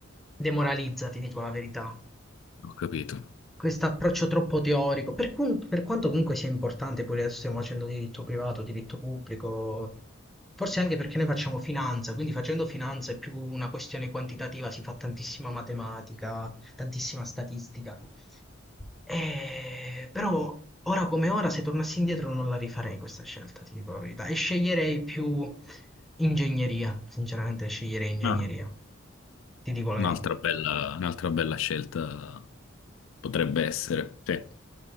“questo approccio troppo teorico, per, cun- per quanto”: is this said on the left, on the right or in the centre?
Centre